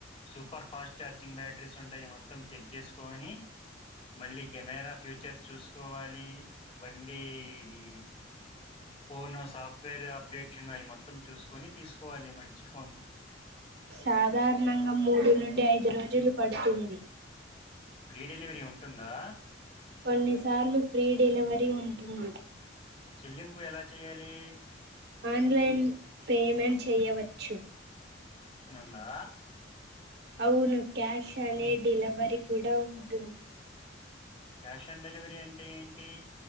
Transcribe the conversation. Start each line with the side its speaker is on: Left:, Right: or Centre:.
Left: సూపర్ ఫాస్ట్ చార్జింగ్ బ్యాటరీస్ ఉంటాయి మొత్తం మొత్త చెక్ చేసుకని మళ్ళీ కెమెరా ఫ్యూచర్స్ చూసు కోవాలి బండేది ఫోన్ సాఫ్ట్వేర్ అప్డేట్షన్యి మ మొత్తం చూసుకొని తీసుకోవాలి మంచి ఫోను
Right: సాధారణంగా మూడు నుండి ఐదు రోజులు పడుతుంది
Left: ఫ్రీ డెలివరీ ఉంటుందా
Right: కొన్నిసార్లు ఫ్రీ డెలివరీ ఉంటున్
Left: చెల్లింపు ఎలా చెయ్యాలి
Right: ఆన్లైన్ పేమెంట్ చేయవచ్చు
Left: నా
Right: అవును క్యాష్ అనే డెలివరీ కూడా ఉంటుంది
Left: క్యాష్ ఆన్ డెలివరీ అంటే ఏంటి